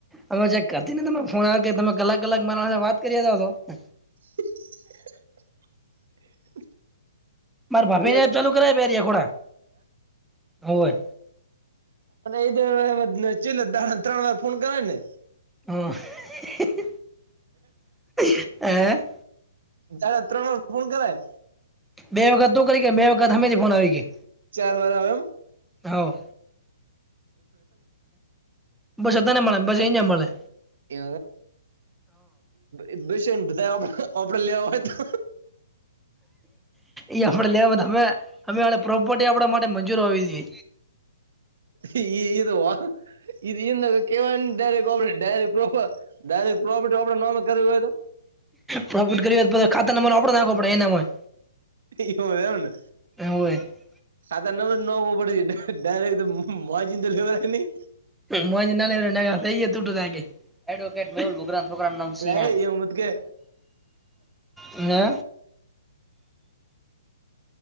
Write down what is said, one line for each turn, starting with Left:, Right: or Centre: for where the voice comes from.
Centre: અમે ચક કરતી ને ત ફોન આવ કે તમે કલાક કલાક મારા સાથે વાત કરી તો- <unintelligible>
Right: <unintelligible>
Centre: મારે ભાભી
Right: હે
Centre: ને ચાલુ કરાય, બેરિયા ખોડા હોય.
Right: અને એ ચીલે ત્રણ વાર ફોન કરે ને.
Centre: હ હ <unintelligible>
Right: સાડા ત્રણ ફોન કરાય?
Centre: બે વખત તું કરી કે, બે વખત અમે જ ફોન આવી.
Right: ચાર વાર આવે, એમ.
Centre: હા. બસધને મળે, બસ એ જ મળલે.
Right: એ એ બેસ બધા આપડે, લેવા હોય તો.
Centre: એ આપડે લેવા, અમે અમે પ્રોપર્ટી, આપડા માટે મંજૂર હો જોઈએ.
Right: એ એ વા એન કેવા- <unintelligible> ડાયરેક, ડાયરેક્ટો, ડાયરેક પ્રોપટી આપડે, નમે કરવી હોય તો.
Centre: પ્રોફિટ કરે, પછી ખાતા નંબર આપડે નાખોડે, એના હોય.
Right: ઈવુ છે, એમને.
Centre: હોય હોય
Right: આ ત નો નો ઉપડે છે ડાયરેક્ટ માજી તો લેવ દયા નહી
Centre: મોજ ના <unintelligible> કયે ટુટુ લાગે એડવોકેટ મેહુલ <unintelligible> છોકરા નુ નામ
Right: એટલે
Centre: સિંહાન્સ
Right: એવું મત કે
Centre: <unintelligible> ને